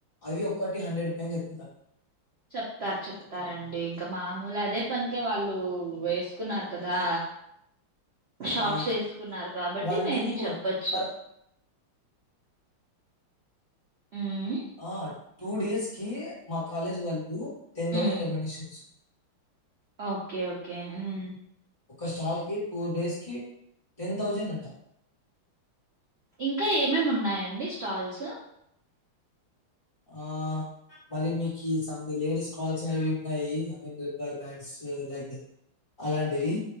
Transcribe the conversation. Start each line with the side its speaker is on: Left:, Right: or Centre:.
Left: అవి ఒక్కటి హండ్రెడ్ పైన చెప్
Right: చెప్తార్ చెప్తారండి ఇంకా మామూలదే పన్ కే వాళ్ళు వేసుకున్నారు కదా షాప్స్
Left: ఆ!
Right: వేసుకున్నారు కాబట్టి
Left: వాళ్ళు
Right: మేబి చెప్పోచ్చు
Left: పర్
Right: హ్మ్
Left: ఆ టూ డేస్కి మా కాలేజ్ వాళ్ళు టెన్
Right: హ్మ్
Left: థౌసండ్ రెమెండేషన్చ్
Right: ఓకే ఓకే హు మ్
Left: ఒక స్టాల్ కి ఫోర్ డేస్ కి టెన్ థౌజండ్ అంట
Right: ఇంకా ఏమేమున్నాయండి స్టాల్స్
Left: ఆ మరి మీకి సం లేడీస్ కాల్స్ అనేవి ఉన్నాయి I mean rubber bands like that అలాంటివి